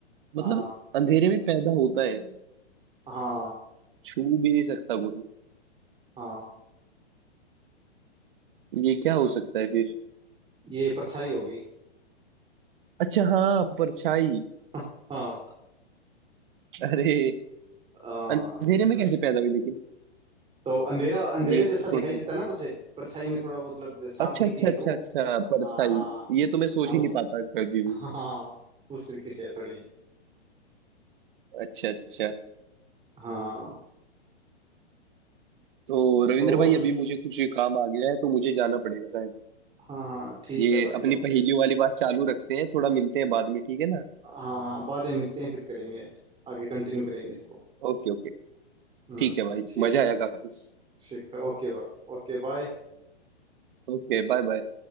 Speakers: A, on the right; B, on the right.
A: मतलब
B: हाँ
A: अंधेरे में पैदा होता है
B: हाँ
A: छू भी नहीं सकता कोई
B: हाँ
A: ये क्या हो सकता है फिर
B: ये परछाई होगी
A: अच्छा हाँ परछाई
B: <laughs> हाँ
A: अरे
B: हाँ
A: अंधेरे में
B: वही
A: कैसे पैदा हुई लेकिन
B: तो अंधेरा अंधेरे
A: ये इसका
B: जैसा दिखाई
A: थोड़ा
B: देता
A: बताओ
B: ना कुछ परछाई में थोड़ा वो मतलब छाप
A: अच्छा
B: दिखती
A: अच्छा
B: है तो
A: अच्छा अच्छा
B: हाँ
A: परछाई
B: हाँ
A: ये तो मैं सोच
B: हाँ
A: ही
B: उस
A: नहीं पाता कभी
B: हाँ
A: भी
B: हाँ उस तरीके से है थोड़ी
A: अच्छा अच्छा
B: हाँ
A: तो रविंद्र
B: तो और
A: भाई अभी मुझे कुछ काम आ गया है तो मुझे जाना पड़ेगा शायद
B: हाँ हाँ ठीक
A: ये
B: है भाई
A: अपनी
B: ओके
A: पहेलियों वाली बात चालू रखते हैं थोड़ा मिलते हैं बाद में ठीक है ना
B: हाँ हाँ बाद में मिलते हैं फिर करेंगे आगे कंटिन्यू करेंगे इसको
A: Okay okay
B: हम्म
A: ठीक है भाई
B: ठीक
A: मजा
B: है
A: आया काफी
B: ठीक है ओके बाय Okay bye
A: Okay bye bye